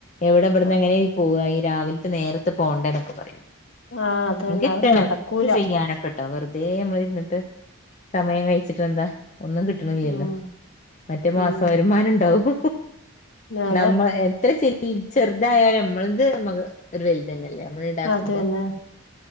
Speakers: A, on the left (about 35°); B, on the left (about 65°).
A: എവിടെവിടന്ന്
B: ആഹ്
A: എങ്ങനെ ഇയ് പോവായി. രാവിലത്തെ നേരത്ത് പോകണ്ടേ എന്നൊക്കെ പറയും
B: ആഹ് അത് തന്നെ
A: നിക്ക്
B: അത്
A: <unintelligible>
B: നടക്കൂല
A: ചെയ്യാനൊക്കെട്ടോ വെറതെ. തേമ്മൾ ഇര്ന്നിട്ട് സമയം കഴിച്ചിട്ട് ന്താ. ഒന്നും കിട്ടണില്ലല്ലോ
B: ഉം
A: മറ്റേ മാസ
B: ഉം
A: വരുമാനം ഉണ്ടാവും.
B: അതെ
A: നമ്മ എത്ര ചെറുതായാലും അമ്മളത് നമ്മക്ക് ഒരു വലുതന്നെയല്ലേ. നമ്മൾ ഉണ്ടാക്കുമ്പോ
B: അത് തന്നെ